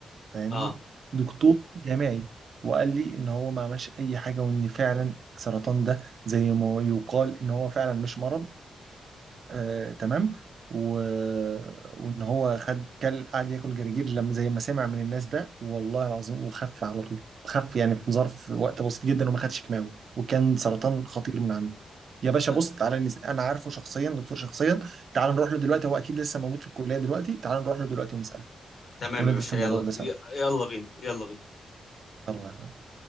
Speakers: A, on the right; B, on the left.
A: فاهمني
B: اه
A: دكتور جامعي وقال لي ان هو ما عملش اي حاجه وان فعلا السرطان ده زي ما يقال ان هو فعلا مش مرض آه تمام و... وان هو خد كل قعد ياكل جرجير لما زي ما سمع من الناس ده والله العظيم وخف على طول خف يعني في ظرف وقت بسيط جدا وما خدش كيماوي وكان سرطان خطير من عنده يا باشا
B: آه،
A: بص تعالى نس... انا عارفه شخصيا دكتور شخصيا تعال نروح له دلوقتي هو اكيد لسه موجود في الكليه دلوقتي تعال نروح له دلوقتي ونساله
B: تمام
A: وندرس
B: يا باشا
A: الموضوع
B: يلا
A: ده سوا
B: ي- يلا بينا يلا بينا
A: يلا